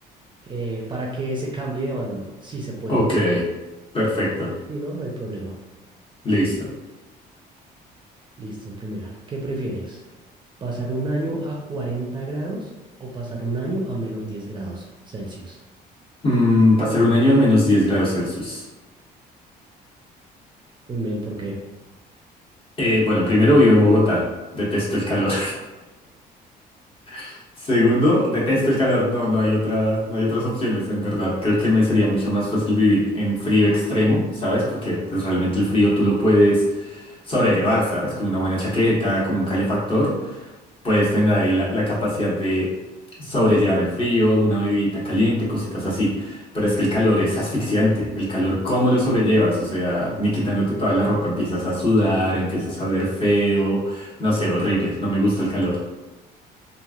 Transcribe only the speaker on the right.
eh, para que se cambie de bando, si se puede.
Si no, no hay problema.
Listo, primera. ¿Qué prefieres? ¿Pasar un año a 40 grados o pasar un año a menos 10 grados Celsius?
Uy, men, ¿por qué?